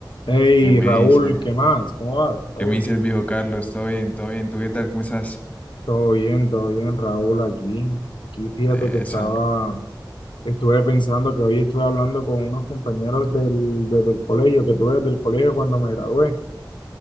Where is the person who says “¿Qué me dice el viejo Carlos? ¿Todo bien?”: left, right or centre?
Left